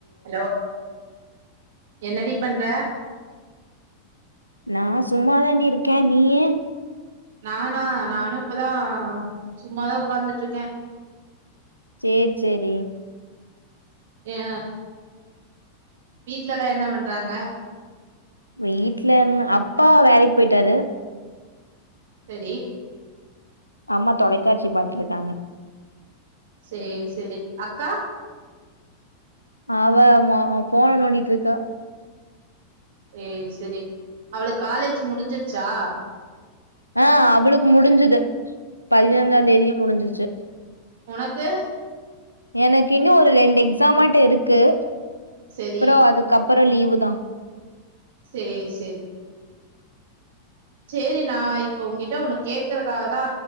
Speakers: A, on the right; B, on the left.
A: ஹலோ என்னடி பண்ற
B: நா சும்மா தாண்டி இருக்கே நீயி
A: நானா நானு இப்பதா சும்மாதா உக்காந்துட்ருக்கே
B: சேர் சேரி
A: ஏ வீட்லலா என்ன பண்றாங்க
B: வீட்ல இன்னு அப்பா வேலைக் போய்ட்டாரு
A: செரி
B: அம்மா தொலைக்காட்சி பாத்துட்ருக்காங்க
A: சேரி சேரி அக்கா
B: அவ மொ ஃபோன நோண்டிட்ருக்கா
A: சேர் செரி அவளுக் காலேஜு முடிஞ்சிர்ச்சா
B: ஆ அவளுக்கு முடிஞ்சுது பதினஞ்சா தேதியே முடிஞ்சிர்ச்சு
A: ஒனக்கு
B: எனக்கின்னு ஒரு ரெண்டு எக்ஸாம்மாட்டு இருக்கு அப்புறோ
A: சரி
B: அது க்கப்பறோ லீவுதா
A: சேரி சேரி சேரி நா இப்ப உன்கிட்ட ஒன்னு கேக்குறக்காகதா